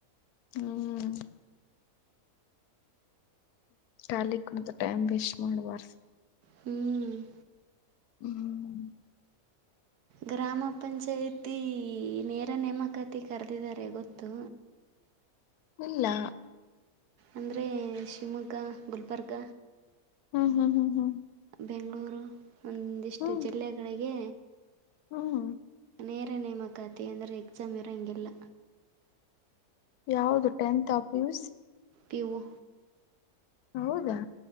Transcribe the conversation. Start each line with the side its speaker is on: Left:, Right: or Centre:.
Left: ಹ್ಮ್ ಾಲಿ ಕುಂತ ಟೈಮ್ ವೇಸ್ಟ್ ಮಾಡುವಾರ
Right: ಹ್ಮ್
Left: ಹ್ಮ್
Right: ಗ್ರಾಮ ಪಂಚಾಯಿತಿ ನೇರ ನೇಮಕಾತಿ ಕರೆದಿದ್ದಾರೆ ಗೊತ್ತು
Left: ಇಲ್ಲ
Right: ಅಂದರೆ ಶಿವಮೊಗ್ಗ ಗುಲ್ಬರ್ಗ
Left: ಹ್ಮ್ ಹ್ಮ್ ಹ್ಮ್ ಹ್ಮ್
Right: ಬೆಂಗಳೂರು ಒಂದಿಷ್ಟು
Left: ಹ್ಮ್
Right: ಜಿಲ್ಲೆಗಳಿಗೆ
Left: ಹ್ಮ್
Right: ನೇರ ನೇಮಕಾತಿ ಅಂದರೆ ಎಕ್ಸಾಮ್ ಇರಂಗಿಲ್ಲ.
Left: ಯಾವುದು ಟೆಂತ್ ಅಪ್ಯೂಸ್
Right: ಪಿವು
Left: ಹೌದಾ